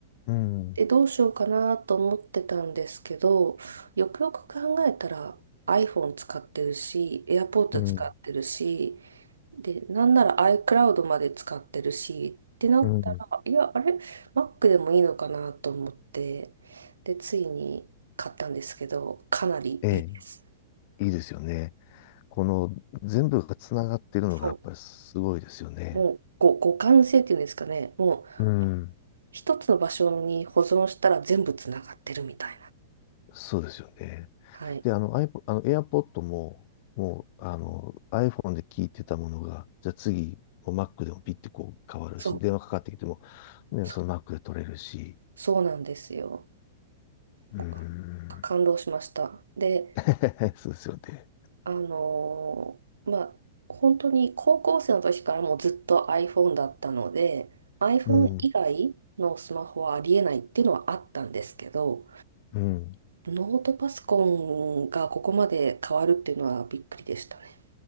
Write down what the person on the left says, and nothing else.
うん。
うん。
うん。
ええ。いいですよね。この全部がつながってるのがやっぱりすごいですよね。
うん。
そうですよね。
で、あの、iPod、あの、AirPod も、もう、あの、iPhone で聞いてたものが、じゃあ次、こう Mac でもピッてこう変わるし、
電話かかってきても、ね、
その Mac で取れるし、
うーん。
<laughs> そうですよね。
うん、
うん、